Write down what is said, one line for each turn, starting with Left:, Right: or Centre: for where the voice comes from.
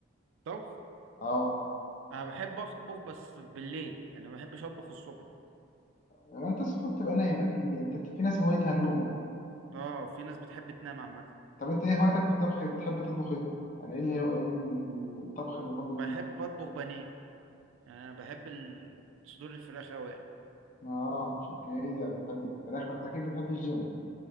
Right: طبخ
Left: اه
Right: انا بحب اطبخ بس بالليل يعني ما بحبش اطبخ الصبح
Left: ما انت الصبح بتبقى نايم اكيد يعني انت في ناس هوايتها النوم
Right: اه في ناس بتحب تنام عامة
Left: طب انت ايه هوايتك في الطبخ بتحب تطبخ ايه؟ يعني ايه الهو- ايه الطبخ المفضل
Right: بحب
Left: ليك؟
Right: اطبخ بانيه يعني انا بحب ال- صدور الفراخ اوي يعني
Left: اه عشان كده بتحب الفراخ فانت اكيد بتحب الجيم